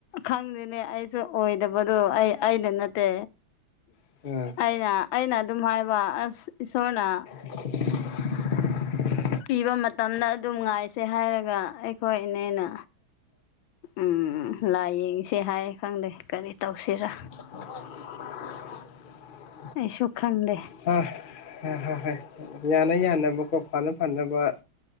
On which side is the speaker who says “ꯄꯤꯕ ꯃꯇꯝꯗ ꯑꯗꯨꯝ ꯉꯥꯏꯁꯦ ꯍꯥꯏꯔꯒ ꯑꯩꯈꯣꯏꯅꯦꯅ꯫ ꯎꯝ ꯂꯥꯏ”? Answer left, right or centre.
Left